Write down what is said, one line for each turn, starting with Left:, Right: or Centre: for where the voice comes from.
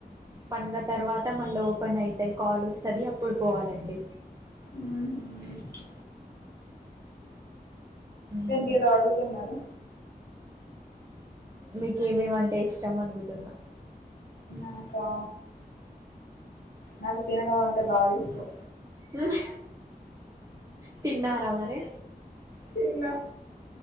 Right: పండ్గ తర్వాత మళ్ళ ఓపెన్ అయితాయ్ కాల్ ఒస్తది అప్పుడు పోవాలండి
Left: ఓకే
Right: మ్మ్
Left: ఎంటి ఏదో అడుగుతున్నారు
Right: మీకేమేమంటే ఇష్టం అడుగుతున్నా?
Left: నాకా నాకు తినడం అంటే బాగిష్టం
Right: ఊహ్మ్ తిన్నారా మరి
Left: తిన్నా